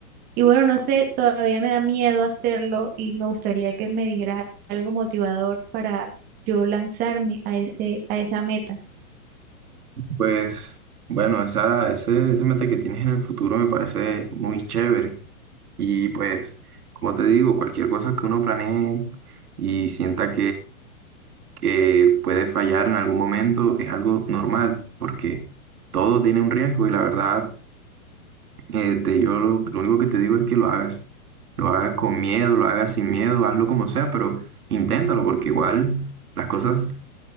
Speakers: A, on the right; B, on the right.
A: Y bueno, no sé, todavía me da miedo hacerlo y me gustaría que me dijeras algo motivador para yo lanzarme a ese, a esa meta.
B: Pues bueno, esa, ese, esa meta que tienes en el futuro me parece muy chévere. Y pues, como te digo, cualquier cosa que uno planee y sienta que puede fallar en algún momento es algo normal, porque todo tiene un riesgo y la verdad, eh, te- yo lo, lo único que te digo es que lo hagas. Lo hagas con miedo, lo hagas sin miedo, hazlo como sea, pero inténtalo, porque igual las cosas